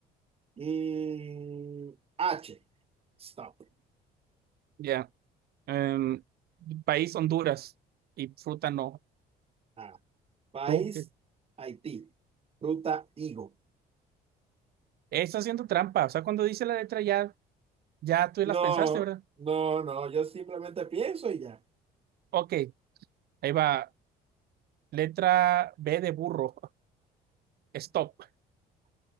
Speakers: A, on the right; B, on the right.
A: mm, H. Stop.
B: Ya. En país Honduras y fruta no.
A: Ah, país,
B: Tú, que
A: Haití. Ruta, higo.
B: Está haciendo trampa. O sea, cuando dice la letra ya, ya tú
A: No,
B: las pensaste, ¿verdad?
A: no, no. Yo simplemente pienso y ya.
B: Ok, ahí va. Letra B de burro. <laughs> Stop.